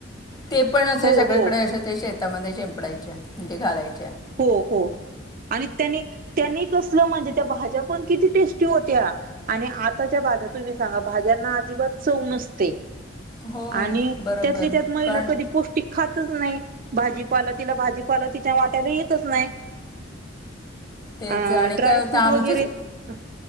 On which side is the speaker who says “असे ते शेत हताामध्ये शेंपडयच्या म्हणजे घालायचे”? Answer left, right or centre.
Left